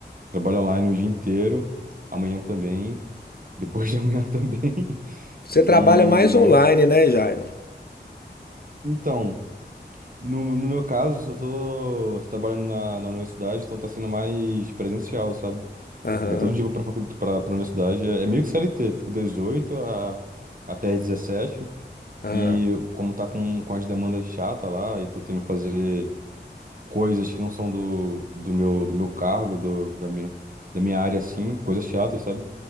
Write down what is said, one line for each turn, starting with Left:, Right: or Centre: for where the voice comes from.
Right: trabalho online o dia inteiro, amanhã também, <laughs> depois de amanhã <laughs> também.
Left: Você
Right: E
Left: trabalha mais online,
Right: meu,
Left: né, Jairon?
Right: então. No, no meu caso, só tô, tô trabalhando na, na universidade, então tá sendo mais presencial, sabe?
Left: Aham,
Right: É todo dia eu vou pra, facu- pra, pra universidade. É é meio que CLT, fico das 8 a, até as 17.
Left: aham.
Right: E como tá com, com as demandas chatas lá, e tô tendo que fazer coisas que não são do, do meu, do meu cargo, do, da minha, da minha área, assim, coisas chatas, sabe?